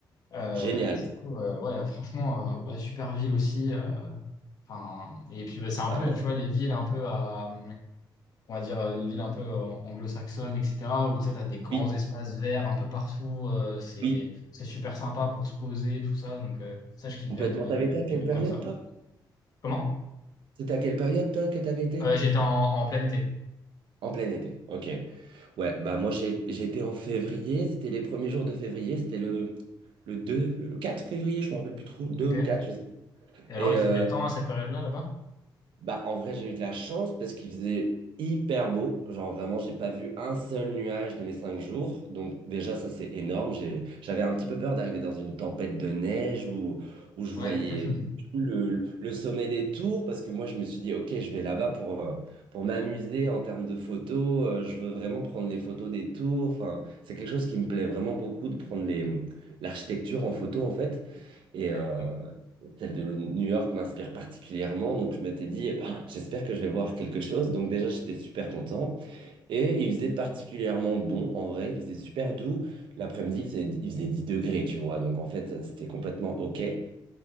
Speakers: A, on the left; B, on the right.
A: Euh,
B: Génial.
A: et du coup, euh, ouais, franchement, euh, ouais, super ville aussi. euh, Enfin, et puis bah, c'est un
B: Ah
A: peu,
B: ouais.
A: tu vois, les villes un peu à, euh, on va dire, euh, les villes un peu euh, anglo-saxonnes, etc. Où tu sais, t'as des grands
B: Oui,
A: espaces verts un peu partout. euh, c'est,
B: oui,
A: c'est super sympa pour se poser, tout ça. Donc euh, ça, je kiffe
B: complètement.
A: bien les villes,
B: T'avais été
A: euh,
B: à quelle
A: les villes
B: période,
A: comme ça.
B: toi?
A: Comment?
B: C'était à quelle période, toi, que t'avais été?
A: Euh, j'étais en, en plein été.
B: En plein été. Ok. Ouais, bah moi, j'ai, j'étais en février. C'était les premiers jours de février. C'était le, le 2, le 4 février, je me rappelle plus trop. 2
A: Ok.
B: ou 4. je sais. plus.
A: Et alors,
B: Et,
A: il
B: euh,
A: fait quel temps à cette période-là, là-bas?
B: Bah, en vrai, j'ai eu de la chance parce qu'il faisait hyper beau. Genre, vraiment, j'ai pas vu un seul nuage de mes cinq jours. Donc, déjà, ça, c'est énorme. J'ai- j'avais un petit peu peur d'arriver dans une tempête de neige où, où je
A: Ouais.
B: voyais
A: <laughs>
B: le, le sommet des tours parce que moi, je me suis dit, OK, je vais là-bas pour, euh, pour m'amuser en termes de photos. Euh, je veux vraiment prendre les photos des tours. Enfin, c'est quelque chose qui me plaît vraiment beaucoup de prendre les, hum, l'architecture en photo, en fait. Et
A: Ok.
B: euh, celle de New York m'inspire particulièrement. Donc, je m'étais dit, Ah, j'espère que je vais voir quelque chose. Donc, déjà, j'étais super content. Et il faisait particulièrement bon, en vrai. Il faisait super doux. L'après-midi, il faisait, il faisait 10 degrés, tu vois. Donc, en fait, c'était complètement OK. Et